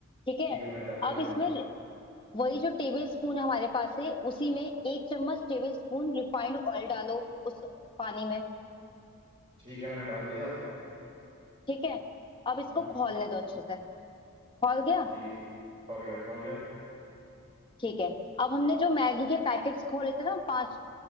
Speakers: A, on the left; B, on the right.
A: ठीक है
B: ठीक है मैंने डाल दिया
A: अब
B: हाँ
A: इसमें वही जो टेबल स्पून हमारे पास है उसी में एक चम्मच टेबल स्पून रिफाइंड ऑयल डालो उस पानी में
B: ठीक है मैंने डाल दिया
A: ठीक है अब इसको
B: हम्म
A: खौलने दो अच्छे से खौल गया
B: ठीक है खोल गया खोल गया
A: ठीक है अब हमने जो मैगी के पैकेट्स खोले थे ना पांच